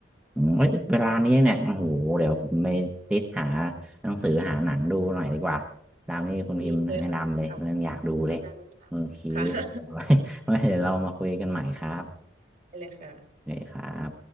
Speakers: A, in the centre; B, on the right (about 50°).
A: อืมเอ้ยเวลานี้เนี่ยโอ้โหเดี๋ยวไปติสหาหนังสือหาหนังดูหน่อยดีกว่าตามนี้คุณพิมพ์แนะนำเลยเรื่องอยากดูเลย
B: ดีเลยค่ะค่ะงานเลยค่ะค่ะ
A: โอเค
B: <laughs>
A: <laughs> ไว้ไว้เดี๋ยวเรามาคุยกันใหม่ครับ
B: ได้เลยค่ะ
A: โอเคครับ